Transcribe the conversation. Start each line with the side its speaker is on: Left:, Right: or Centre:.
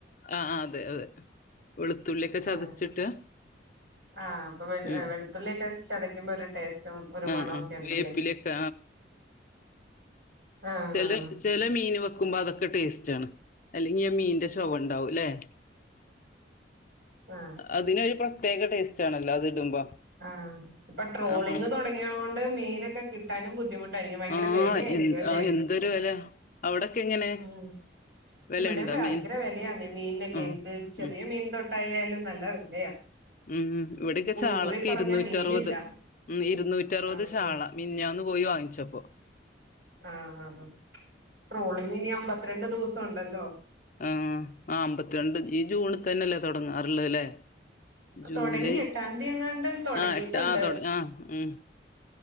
Left: ആഹ് അതെ അതെ- വെളുത്തുള്ളിയൊക്കെ ചതച്ചിട്ട്
Right: ആഹ് ആഹ് അപ്പൊ ഹ്
Left: ഉം
Right: വെളുത്തുള്ളി ഒക്കെ ചതക്കുമ്പോ ഒരു ടേസ്റ്റ് <unintelligible> ഒരു
Left: ആഹ്
Right: മണൊക്കെ
Left: ആഹ്
Right: ഉണ്ടല്ലേ
Left: വേപ്പിലൊക്കെ
Right: ആഹ്
Left: ചില
Right: ആഹ്
Left: ചില മീന് വെക്കു <unintelligible> അതൊക്കെ ടേസ്റ്റ് ആണ്- അല്ലെങ്കിൽ മീന്റെ ചുവ ഉണ്ടാവും അല്ലേ.
Right: ആഹ്
Left: -അതിനൊരു പ്രത്യേക ടേസ്റ്റ് ആണല്ലോ അത് ഇടുമ്പോ.
Right: ആഹ് ഇപ്പൊ ട്രോളിങ്
Left: ആ മണം
Right: തുടങ്ങിയോണ്ട് മീനൊക്കെ കിട്ടാനും ബുദ്ധിമുട്ടാ യിരിക്കും ഭയങ്കര
Left: ആഹ്
Right: വിലയായിരിക്കും
Left: എ
Right: അല്ലേ
Left: ആഹ് എന്തൊരു വെല അവിടൊക്കെ എങ്ങനെ
Right: ഉം
Left: വെലയുണ്ടോ
Right: ഇവിടെ ഭയങ്കര
Left: മീൻ
Right: വിലയാന്ന് മീനൊക്കെ
Left: ആഹ്
Right: എന്ത് ചെറിയ
Left: ഉം
Right: മീൻ തൊട്ടായാലും നല്ല വിലയാ
Left: ഉം ഇവിടൊക്കെ
Right: മുന്നൂറിൽ
Left: ചാള
Right: കുറഞ്ഞ
Left: ഇരുന്നൂറ്ററുപത്
Right: മീനില്ല
Left: ഉം ഇരുന്നൂറ്ററുപത്
Right: ആഹ്
Left: ചാള
Right: ആഹ്
Left: മിഞ്ഞാന്ന് പോയി വാങ്ങിച്ചപ്പോ
Right: ആഹ് ആഹ് ട്രോളിങ്ങിനി അമ്പത്തിരണ്ട് ദിവസൊണ്ടല്ലോ
Left: ആഹ് ആഹ് അമ്പത്തിരണ്ട് ഈ ജൂണിതന്നെല്ലേ തുടങ്ങാറുള്ളത് ല്ലേ ജൂലൈ
Right: തൊടങ്ങി എട്ടാം തീയതി എങ്ങാണ്ട് തൊടങ്ങിയിട്ടുണ്ട്
Left: ആഹ് എട്ട് ആഹ് തൊട ആഹ് ഉം